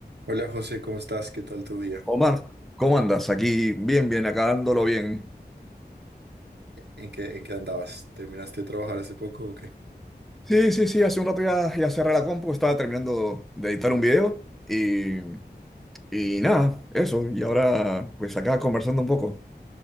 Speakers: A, on the right (about 85°); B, in the centre.
A: Hola José, ¿cómo estás? ¿Qué tal tu día?
B: Omar, ¿cómo andas? Aquí bien, bien, acá dándolo bien.
A: ¿En qué, en qué andabas? ¿Terminaste de trabajar hace poco o qué?
B: Sí, sí, sí, hace un rato ya, ya cerré la compu, estaba terminando de editar un video y, y nada, eso. Y ahora, pues acá conversando un poco.